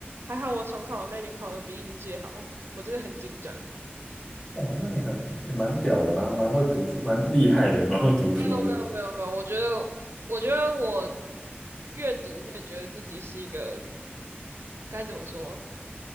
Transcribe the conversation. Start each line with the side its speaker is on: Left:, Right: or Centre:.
Right: 还好我重考的那一年考的比应届好，我真的很紧张。
Left: 哦，那你很你蛮屌的，蛮蛮会读书，蛮厉害的，蛮会读书的。
Right: 没有没有没有没有，我觉得我觉得我越读越觉得自己是一个该怎么说？